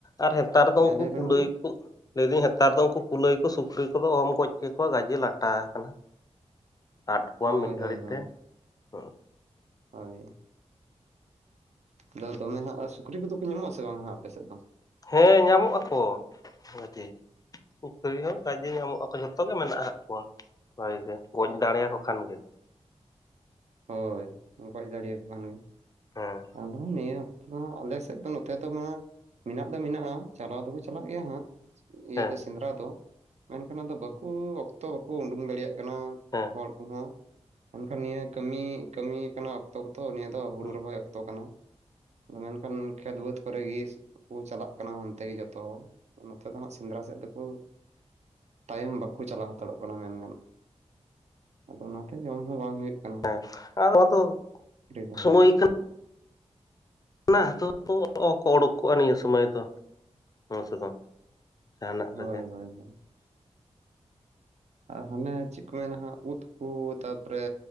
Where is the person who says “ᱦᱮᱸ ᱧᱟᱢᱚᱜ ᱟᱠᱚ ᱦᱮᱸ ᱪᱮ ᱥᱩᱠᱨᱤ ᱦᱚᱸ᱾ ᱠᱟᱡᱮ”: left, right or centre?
Left